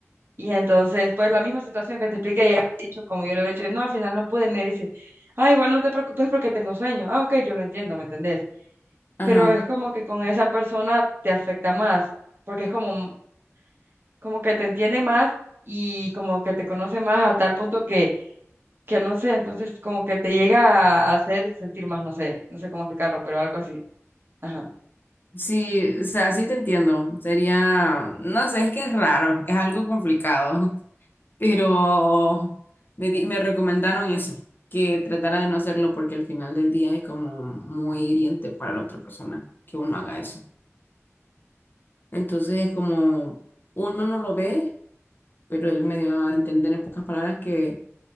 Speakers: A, on the right; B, on the left.
A: Y entonces, pues la misma situación que te expliqué, ella ha dicho, como yo le he dicho, no, al final no pude, y me dice, ah, igual no te preocupes porque tengo sueño. Ah, ok, yo lo entiendo, ¿me entendés?
B: Ajá.
A: Pero es como que con esa persona te afecta más, porque es como, como que te entiende más y como que te conoce más a tal punto que que no sé, entonces como que te llega a hacer sentir más, no sé, no sé cómo explicarlo, pero algo así. Ajá.
B: Sí, o sea, sí te entiendo. Sería, no sé, es que es raro, es algo complicado, <laughs> pero me, di- me recomendaron eso, que tratara de no hacerlo porque al final del día es como muy hiriente para la otra persona que uno haga eso. Entonces es como uno no lo ve, pero él me dio a entender en pocas palabras que